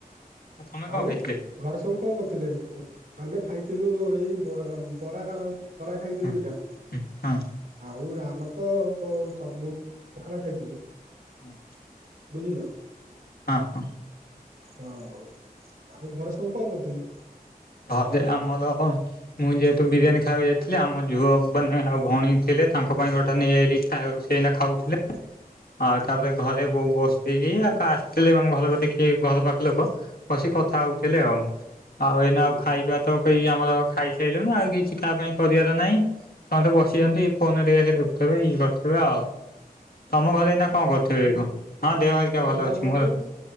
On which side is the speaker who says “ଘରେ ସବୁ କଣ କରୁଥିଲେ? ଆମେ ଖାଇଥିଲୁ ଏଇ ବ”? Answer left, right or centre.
Right